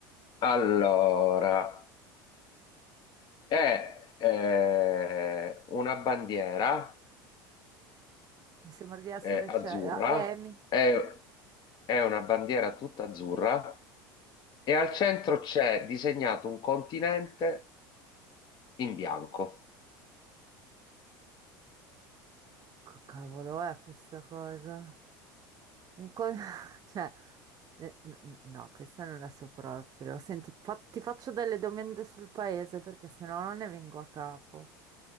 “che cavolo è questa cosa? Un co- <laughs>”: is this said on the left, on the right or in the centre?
Right